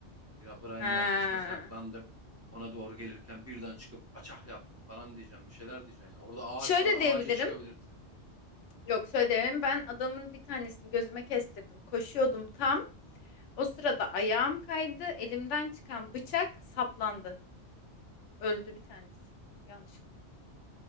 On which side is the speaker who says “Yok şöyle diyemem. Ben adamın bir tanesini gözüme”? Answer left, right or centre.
Left